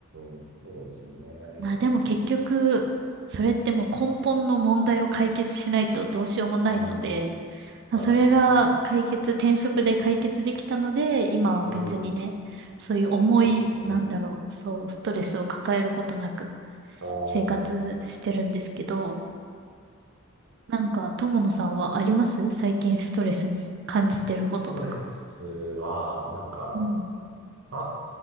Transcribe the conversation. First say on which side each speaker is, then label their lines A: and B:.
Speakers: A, on the right (about 75°); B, on the right (about 55°).
A: そうですね。
B: まあでも結局、それってもう根本の問題を解決しないとどうしようもないので、
A: うん。
B: まあそれが解決、
A: はいはいはい。
B: 転職で解決できたので、今は別にね、
A: うん。
B: そういう重い、
A: そうですよね。
B: なんだろう、そう、ストレスを抱えることなく
A: ああ、うん。
B: 生活してるんですけど、なんか、友野さんはあります最近ストレスに感じてることとか。
A: そうそうそうストレスは、なんか、
B: うん。
A: あ、